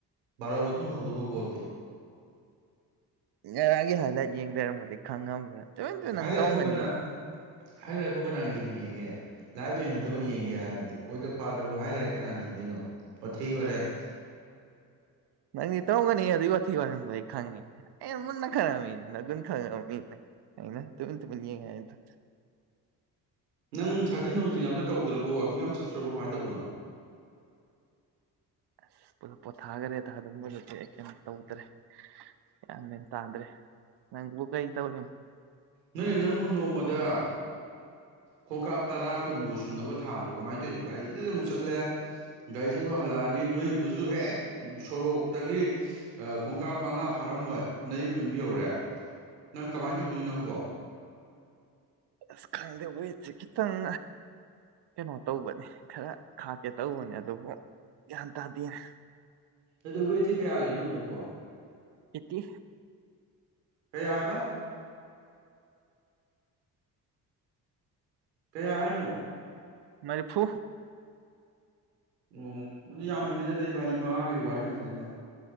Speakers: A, on the right; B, on the right.
A: ꯕꯥꯔꯣ ꯃꯇꯨꯡꯗ ꯍꯧꯗꯧꯕ ꯕꯣꯜꯗꯤ
B: <unintelligible> ꯌꯦꯡ ꯂꯩꯔꯝꯃꯗꯤ ꯈꯪꯉꯝꯒꯅꯤ ꯇꯨꯃꯤꯟ ꯇꯨꯃꯤꯟ ꯅꯪ
A: ꯍꯥꯏ ꯂꯥꯏꯠꯕꯨ
B: ꯇꯧꯔꯝꯒꯅꯤꯌꯦ
A: ꯀꯅꯥ ꯍꯥꯏ ꯂꯥꯏꯠꯕꯨ ꯀꯅꯥ ꯌꯦꯡꯅꯩ ꯌꯦꯡꯒꯦ ꯂꯥꯏꯞ ꯌꯦꯡꯒꯗꯕ ꯌꯦꯡꯒꯦ ꯍꯥꯏꯔꯗꯤ ꯑꯣꯏꯗ ꯄꯥꯗꯕ ꯍꯥꯏꯠ ꯂꯥꯏꯠ ꯀꯅꯥꯅ ꯌꯦꯡꯗꯣꯏꯅꯣ ꯋꯥꯊꯤ ꯋꯥꯔꯦꯝ
B: ꯅꯪꯗꯤ ꯇꯧꯒꯅꯤ ꯑꯗꯨꯒꯤ ꯋꯥꯊꯤ ꯋꯥꯔꯦꯝ ꯑꯩ ꯈꯪꯉꯦ ꯑꯦ ꯃꯨꯟꯅ ꯈꯪꯕ ꯃꯤꯅꯦ ꯅꯒꯨꯟ ꯈꯪꯕ ꯑꯩꯅ ꯇꯨꯃꯤꯟ ꯇꯨꯃꯤꯟ ꯌꯦꯡꯉꯦ ꯍꯥꯏꯕ
A: ꯅꯪ ꯁꯥꯖꯟ ꯅꯨꯡꯖꯤꯡ ꯑꯝꯇ ꯇꯧꯗ꯭ꯔꯕꯣ ꯋꯥꯥꯛꯀꯤꯡ ꯑꯝ ꯆꯠꯇ꯭ꯔꯕꯣ ꯀꯃꯥꯏ ꯇꯧꯕꯅꯣ
B: ꯑꯁ ꯄꯣꯊꯥꯈ꯭ꯔꯦꯗ ꯑꯗꯨꯝꯕꯗꯨꯗꯤ ꯀꯩꯅꯣ ꯇꯧꯗ꯭ꯔꯦ ꯒꯥꯟ ꯃꯦꯟ ꯇꯥꯗ꯭ꯔꯦ ꯅꯪꯕꯨ ꯀꯩ ꯇꯧꯔꯤ
A: ꯅꯣꯏꯅꯦ ꯅꯪꯕꯨ ꯅꯣꯡꯃꯗ ꯈꯣꯡꯀꯥꯞ ꯇꯔꯥ ꯀꯨꯟꯕꯨ ꯁꯨꯅꯕ ꯊꯥꯡꯕ꯭ꯔꯣ ꯀꯃꯥꯏꯅ ꯇꯧꯔꯤꯅꯣ ꯒꯥꯔꯤꯗꯨꯗ ꯑꯃꯨꯛ ꯆꯠꯂꯦ ꯒꯥꯔꯤ ꯆꯠꯂꯣ ꯍꯜꯂꯛꯑꯅꯤ ꯅꯣꯏꯌꯨꯝꯗꯨꯁꯨ ꯍꯦꯛ ꯁꯣꯔꯣꯛꯇꯒꯤ ꯈꯣꯡꯀꯥꯞ ꯃꯉꯥ ꯐꯥꯔꯝꯃꯣꯏ ꯅꯌꯨꯝ ꯑꯗꯨꯝ ꯌꯧꯔꯦ ꯅꯪ ꯀꯃꯥꯏꯅ ꯇꯧꯗꯣꯏꯅ ꯅꯪꯕꯣ
B: ꯑꯁ ꯈꯪꯗꯦ ꯋꯦꯠꯁꯦ ꯈꯤꯇꯪ ꯀꯩꯅꯣ ꯇꯧꯕꯅꯤ ꯈꯔ ꯈꯥꯛꯀꯦ ꯇꯧꯕꯅꯦ ꯑꯗꯨꯕꯨ ꯒ꯭ꯌꯥꯟ ꯇꯥꯗꯦꯅ
A: ꯑꯗꯨꯕꯨ ꯋꯦꯠꯁꯦ ꯀꯌꯥ ꯂꯩꯅꯣ ꯍꯧꯖꯤꯛꯄꯣ
B: ꯑꯦꯠꯇꯤ
A: ꯀꯩ ꯍꯥꯏꯕ ꯀꯌꯥ ꯍꯥꯏꯅꯣ
B: ꯃꯔꯤ ꯐꯨ
A: ꯎꯝ ꯑꯗꯨ ꯌꯥꯝ ꯍꯦꯟꯅꯂ ꯂꯩ ꯕꯥꯅꯤ ꯃꯉꯥꯒꯤ ꯋꯥꯔꯤ ꯈꯛꯇꯅꯤꯗ